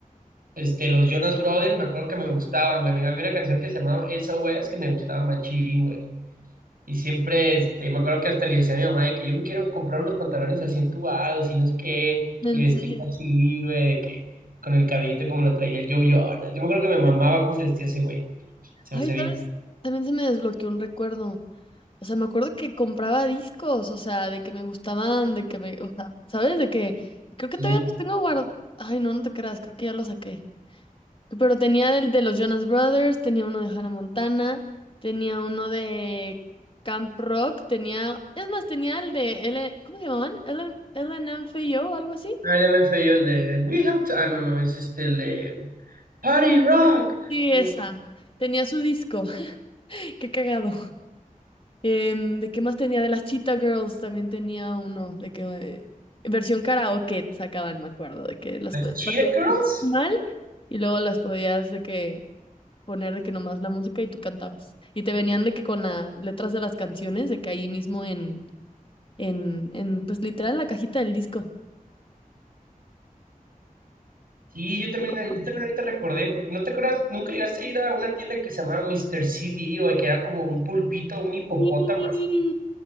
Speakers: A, on the right; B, on the left.
A: Este, los Jonas Brothers, me acuerdo que me gustaban, güey. Me había una canción que se llamaba SOS que me gustaba Machín, güey. Y siempre, este, me acuerdo que hasta le decía a mi mamá de que yo me quiero comprar unos pantalones así entubados y no sé qué,
B: En
A: y vestir
B: serio.
A: así, güey, de que con el cabellito como lo traía el Joe Jonas. Yo me acuerdo que me mamaba cómo se vestía ese güey. Se
B: Ay,
A: me hacía
B: tal
A: bien
B: vez también se me desbloqueó un recuerdo. O sea, me acuerdo que compraba discos, o sea, de que me gustaban, de que me, o sea, ¿sabes? De que y creo que
A: Sí.
B: todavía los tengo guardados. Ay, no, no te creas, creo que ya los saqué. Pero tenía el de los Jonas Brothers, tenía uno de Hannah Montana, tenía uno de Camp Rock, tenía, es más, tenía el de L, ¿cómo se llamaban? LN- o algo así.
A: Ah, el MFAO, el de We Have to. Ah, no, no, es este, el de Party Rock.
B: Sí,
A: eh,
B: esa. Tenía su disco. <laughs> Qué cagado. Em, ¿de qué más tenía? De las Cheetah Girls también tenía uno, de que eh, versión karaoke sacaban, me acuerdo, de que las
A: Las
B: podías
A: Cheetah Girls.
B: mal y luego las podías de que poner de que nomás la música y tú cantabas. Y te venían de que con las letras de las canciones, de que ahí mismo en, en, en pues literal en la cajita del disco.
A: Sí, yo también, yo
B: ¿no?
A: también ahorita recordé, porque no te acuerdas, nunca llegaste a ir a una tienda que se llamaba Mr. CD o que era como un pulpito, un hipopótamo
B: Sí,
A: así.